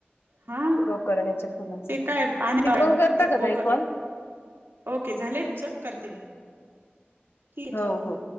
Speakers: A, on the right (about 65°); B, on the left (about 70°).
A: हा
B: गोकर्णीच्या फुलाचा,
A: ते काय पाण्या
B: तिकडून करता
A: ते
B: का
A: गोकळ
B: ताई कॉल?
A: ओके झालंय तुमचं, करते मी ठीक
B: हो
A: ठेवा मग.
B: हो